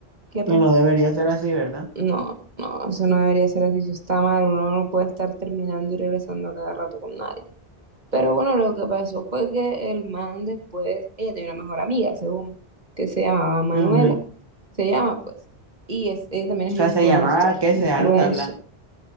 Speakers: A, on the right (about 40°); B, on the right (about 20°).
A: ¿Qué
B: y
A: pasó?
B: no debería ser así, ¿verdad?
A: No, no, eso no debería ser así, eso está mal, uno no puede estar terminando y regresando a cada rato con nadie. Pero bueno, lo que pasó fue que el man después, ella tenía una mejor amiga, según, que se llamaba Manuela,
B: Ujú.
A: se llama pues, y es, ella también
B: O
A: es
B: sea,
A: influencer,
B: se llamaba ¿qué?
A: influencer.
B: se dejaron de hablar.